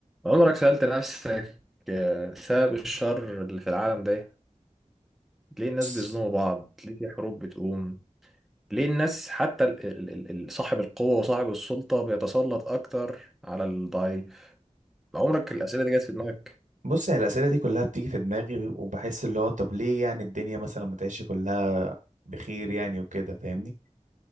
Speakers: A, in the centre; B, on the right.
A: عمرك سألت نفسك آه، سبب الشر اللي في العالم ده ليه الناس
B: بص
A: بيظلموا بعض ليه في حروب بتقوم ليه الناس حتى ال- ال- ال- ال- صاحب القوة وصاحب السلطة بيتسلط أكتر على الضعيف عمرك الأسئلة دي جت في دماغك
B: بص هي الأسئلة دي كلها بتيجي في دماغي وبحس اللي هو طب ليه يعني الدنيا مثلا ما تعيش كلها بخير يعني وكده فاهمني